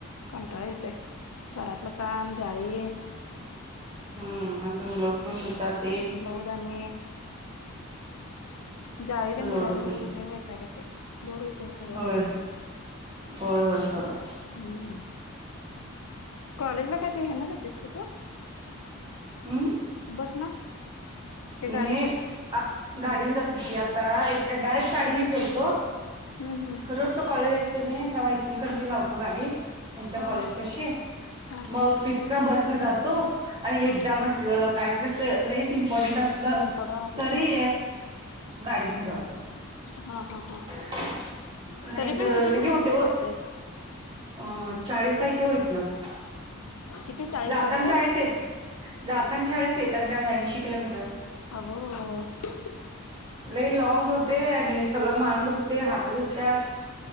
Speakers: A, on the left; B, on the right.
A: कंटाळा येतोय, घरातलं काम जाळी.
B: ह आणि तुम्ही ब्लाऊज पन शिवतात.
A: ब्लाऊज आने जाळी तेन
B: लोड
A: भराय
B: होते
A: म्हटल पन लयी वैताग येतंय लोड होतय सगळं.
B: होय होय होय सोडा.
A: हूं! कॉलेज ला काय ते हेना जातेस का तू?
B: हम्म
A: बस ना? ते गाडी
B: नाही
A: ना
B: गाडीन जात की आता एक डायरेक्ट गाडी घेऊन गेलतो.
A: हम्म, हम्म.
B: रोजच कॉलेज असते नाही द व्हाचल करजी लावतो गाडी. त्यांच्या
A: हा
B: कॉलेज
A: हा
B: पाशी
A: हा हा
B: मग
A: हा
B: तिथनं बसन जातो आणि
A: हम्म
B: एक्झाम अस काहीत लईस इम्पॉर्टंट असलं
A: इम्पॉर्टंट असले
B: तरी
A: की
B: गाडीनी जातो.
A: हा हा. हा
B: नाही
A: तरी पण
B: तर
A: किती
B: लि
A: किलोमीटर
B: हे होते व
A: पडतय
B: अ चाळीस हाय की होईय इथनं.
A: किती चाळीस
B: जाताना
A: किलोमीटर
B: चाळीस, येतना चाळीस येत ऐंशी किलोमीटर
A: अग..
B: लई लॉंग होते आणि सगळं मान दुखते, हात दुखतात